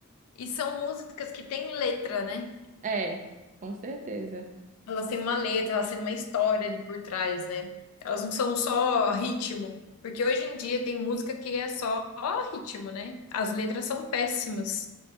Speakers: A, on the left; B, on the right.
A: E são músicas que têm letra, né?
B: É, com certeza.
A: Elas têm uma letra, elas têm uma história ali por trás, né? Elas não são só ritmo. Porque hoje em dia tem música que é só ritmo, né? As letras são péssimas.